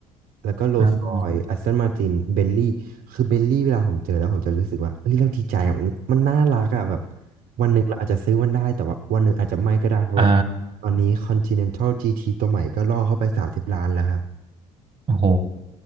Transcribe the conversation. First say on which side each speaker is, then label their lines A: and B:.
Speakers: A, on the right (about 50°); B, on the right (about 25°).
A: แล้วก็ Rolls
B: อ่า
A: Royce Aston Martin Bentley คือ Bentley เวลาผมเจอแล้วผมจะรู้สึกว่าเฮ้ยเราดีใจอะมันมันน่ารักอะแบบวันหนึ่งเราอาจจะซื้อมันได้แต่ว่าวันหนึ่งอาจจะไม่ก็ได้เพราะแบบ
B: อ่า
A: ตอนนี้ Continental GT ตัวใหม่ก็ล่อเข้าไป30ล้านแล้วครับ
B: โอ้โห